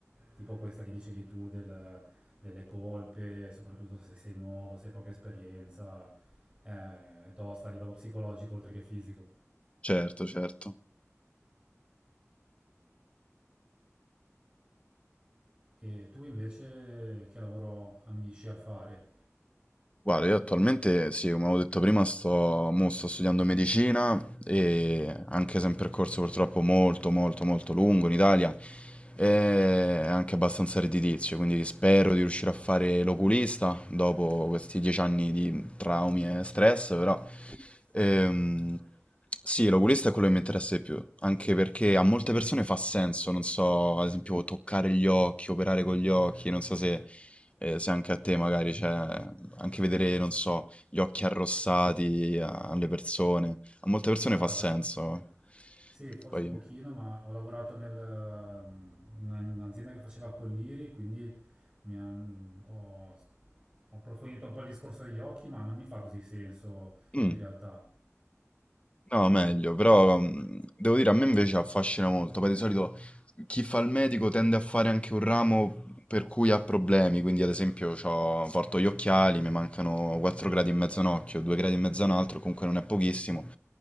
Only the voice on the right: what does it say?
tipo questa che dicevi tu del- delle colpe, soprattutto se sei nuovo, se hai poca esperienza, eh, è tosta a livello psicologico oltre che fisico.
E tu invece che lavoro ambisci a fare?
Ma guarda,
sì, forse
un pochino, ma ho lavorato nel, ehm, in una- in un'azienda che faceva colliri, quindi mi han- ho, ho approfondito un po' il discorso degli occhi, ma non mi fa così senso
in realtà.
No, no,